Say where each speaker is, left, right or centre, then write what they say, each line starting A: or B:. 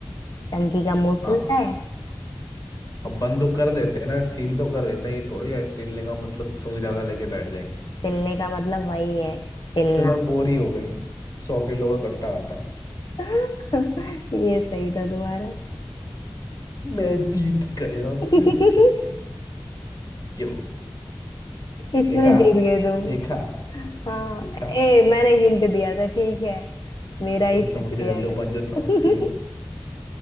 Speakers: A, on the left; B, on the left.
A: टंकी का मुंह
B: हाँ
A: सिलता है
B: अब बंद तो कर देते हैं ना सील तो कर देते हैं ये थोड़ी है सीलने का मतलब सुई धागा लेके बैठ जाएंगे
A: सिलने का मतलब वही है सिलना
B: चलो अब बोरी हो गई सौ किलो का कट्टा आता है
A: <laughs> ये सही था तुम्हारा
B: मैं जीत गया
A: <laughs>
B: मैं जीत गया यो
A: इसमें
B: देखा
A: जीत गए तुम
B: देखा
A: हाँ
B: देखा
A: ए मैंने हिंट दिया था ठीक है मेरा ही
B: तुम तो
A: शुक्रिया
B: मुझे लल्लूपन
A: था
B: जो समझती हो
A: <laughs>